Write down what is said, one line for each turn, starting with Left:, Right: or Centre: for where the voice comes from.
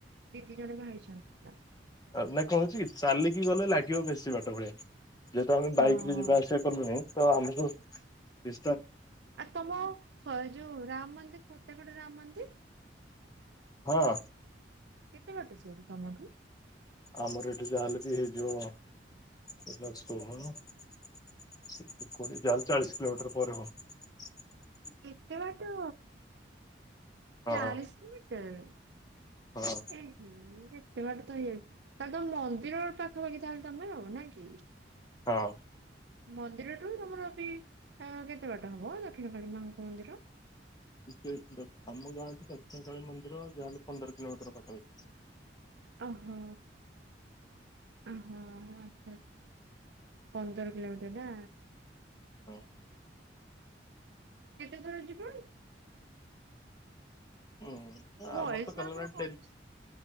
Right: ଦିଦି ଜଣେ ବାହା ହେଇଚନ୍ତି ତ।
Left: ଆଉ ନାଇ କଣ ହେଇଛି କି ଚାଲିକି ଗଲେ ଲାଗିବ ବେଶୀ ବାଟ ଭଳିଆ। ଯେହେତୁ ଆମେ
Right: ହଁ
Left: ବାଇକ ରେ ଯିବା ଆସିବା କଲୁଣି ତ ଆମକୁ ବେ
Right: ଆଉ ତମ ସ ଯୋଉ ରାମ ମନ୍ଦିର ଫତେଗଡ ରାମ ମନ୍ଦିର।
Left: ହଁ।
Right: କେତେ ବାଟ ସେଇଠୁ ତମଠୁ?
Left: ଆମର ଏଠି ଜାହାହେଲେ ବି ହେଇଯିବ ହେଲା ଷୋହଳ। ସେଠୁ କୋଡିଏ ଯାହା ହେଲେ ଚାଳିଶ କିଲୋମିଟର ପରେ ହବ।
Right: ଏତେ ବାଟ
Left: ହଁ
Right: ଚାଳିଶ କିଲୋମିଟର।
Left: ହଁ
Right: ଏ ହେ କେ ଏତେ ବାଟ ତ ହେଇଯାଉଚି ତାହେଲେ ତମ ମନ୍ଦିର ପାଖପାଖି ତାହେଲେ ତମେ ରହୁନା କି?
Left: ହଉ।
Right: ମନ୍ଦିରଠୁ ତମର ବି ଅ କେତେ ବାଟ ହବ ଦକ୍ଷିଣ କାଳୀ ମାଙ୍କ ମନ୍ଦିର?
Left: ଇଏ ଦ ଆମ ଗାଁଠୁ ଦକ୍ଷିଣକାଳୀ ମନ୍ଦିର ଯାହାହେଲେ ପନ୍ଦର କିଲୋମିଟର ପାଖାପାଖିର।
Right: ଅ ହୋ ଅ ହୋ ଆଚ୍ଛା ଆଚ୍ଛା। ପନ୍ଦର କିଲୋମିଟର ନା?
Left: ହଁ
Right: କେତେ ଥର ଯିବଣି?
Left: ହୁଁ
Right: ବୟେଜ
Left: ଆମର ତ
Right: ମାନଙ୍କର
Left: କଲା ବେଳେ
Right: ଙ୍କ
Left: ଡେଲି
Right: ଅଛି